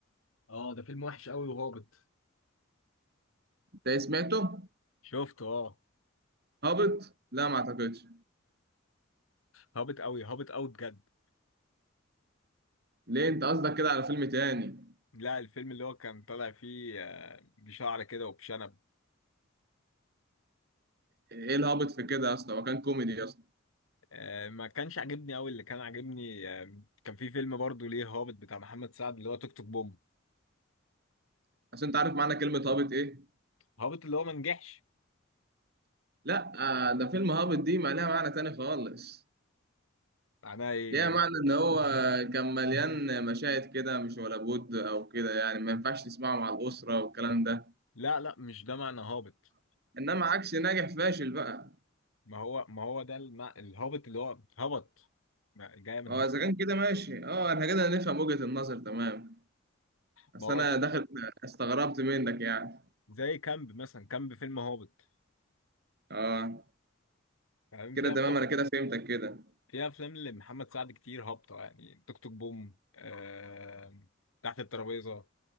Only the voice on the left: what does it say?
اه ده فيلم وحش قوي وهابط
شفته اه
هابط قوي هابط قوي بجد
لا الفيلم اللي هو كان طالع فيه آه، بشعر كده وبشنب
آه، ما كانش عاجبني قوي اللي كان عاجبني آه، كان في فيلم برضه ليه هابط بتاع محمد سعد اللي هو توك توك بوم
هابط اللي هو ما نجحش
معناه ايه
يعني
لا لا مش ده معنى هابط
ما هو ما هو ده المع... الهابط اللي هو هبط ما- جاية من
هبط
ما هو
ده
زي كامب مثلا كامب فيلم هابط
فاهم
في
افلام
في افلام لمحمد سعد كتير هابطه يعني توك توك بوم آه... تحت الترابيزه